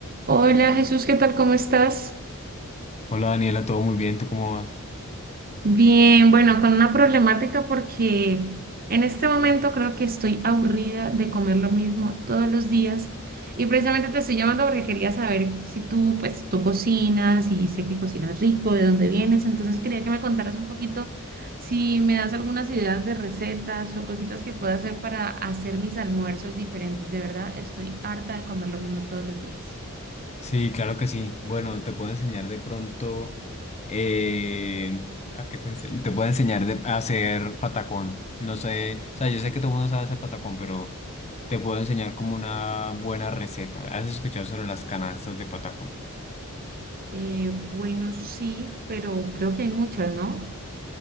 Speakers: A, on the right; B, on the left.
A: Hola Jesús, ¿qué tal? ¿Cómo estás?
B: Hola Daniela, todo muy bien, ¿tú cómo vas?
A: Bien, bueno, con una problemática porque en este momento creo que estoy aburrida de comer lo mismo todos los días y precisamente te estoy llamando porque quería saber si tú, pues, tú cocinas y sé que cocinas rico, de dónde vienes, entonces quería que me contaras un poquito si me das algunas ideas de recetas o cositas que pueda hacer para hacer mis almuerzos diferentes. De verdad, estoy harta de comer lo mismo todos los días.
B: Sí, claro que sí. Bueno, te puedo enseñar de pronto eh, a qué te enseño. Te puedo enseñar de- a hacer patacón. No sé, o sea, yo sé que todo el mundo sabe hacer patacón, pero te puedo enseñar como una buena receta. ¿Has escuchado sobre las canastas de patacón?
A: Eh, bueno, sí, pero creo que hay muchas, ¿no?